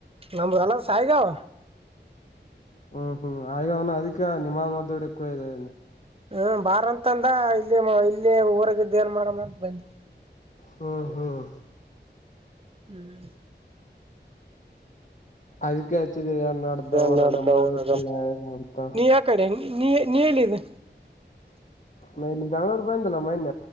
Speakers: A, on the right; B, on the left.
A: ನಮ್ಮಲ್ಲ ಸಾಯಿಗಾವ
B: ಹ್ಮ್ ಹ್ಮ್ ಆಗ ಅವನು ಅದಕ್ಕೆ ನಿಮಾ್ ನೋಡ್ದಡಕ್ಕೂ ಇದೆಿ
A: ಹ್ಮ ಬಾರ ಅಂತಂದ ಇಲ್ಲಿ ಇಲ್ಲಿ ಊರಾಗಿದ್ದ ಏನ್ ಮಾಡಮ್ಮ ಅಂತ ಬಂದಿ
B: ಹ್ಮ್ ಹ್ಮ್
A: ಹ್ಮ್
B: ಅದಕ್ಕೆ ಹಚ್ಚಿದೆನ್ನ ಅರ್್ದ
A: ಏನ್
B: ಹೊರಾಗ
A: ನಡ್ದ
B: ಮಳೆ
A: ಊರಾಗ
B: ಇ ಅಂತ
A: ನೀ ಯಾ ಕಡೆ ನೀ ನೀ ಹೇಳಲ್ಲಿದೆ
B: ಮ ಜಾನುವರು ಬಂದ ತಲ್ಲ ಮನ್